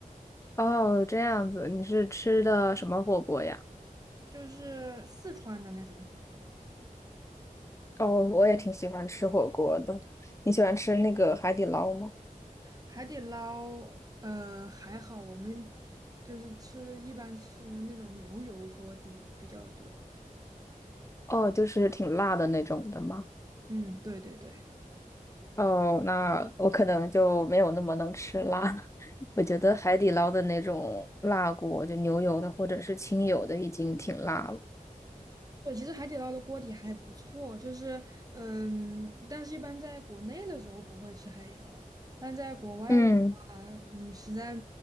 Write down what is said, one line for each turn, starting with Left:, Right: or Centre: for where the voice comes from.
Left: <laughs> 哦，这样子，你是吃的什么火锅呀？
Right: 就是四川的那种火锅，
Left: 哦，我也挺喜欢吃火锅的。你喜欢吃那个海底捞吗？
Right: 海底捞，呃，还好，我们就是吃一般吃那种牛油锅底比较多。
Left: 哦，就是挺辣的那种的吗？
Right: 嗯，对对对。
Left: 哦，那我可能就没有那么能吃辣。<laughs> 我觉得海底捞的那种辣锅，就牛油的或者是清油的，已经挺辣了。
Right: 对，其实海底捞的锅底还不错，就是，嗯，但是一般在国内的时候不会吃海底捞，但在国外的话，
Left: 嗯，
Right: 嗯，实在